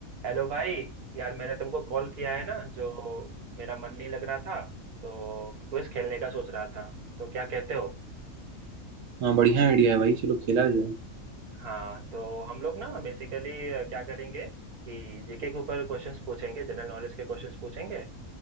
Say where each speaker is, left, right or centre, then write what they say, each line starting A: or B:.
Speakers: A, on the right; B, on the right.
A: Hello भाई यार मैंने तुमको कॉल किया है ना जो मेरा मन नहीं लग रहा था तो क्विज खेलने का सोच रहा था तो क्या कहते हो
B: हाँ बढ़िया आइडिया है भाई चलो खेला जाए
A: हाँ तो हम लोग ना बेसिकली क्या करेंगे कि जीके के ऊपर क्वेश्चंस पूछेंगे जनरल नॉलेज के क्वेश्चंस पूछेंगे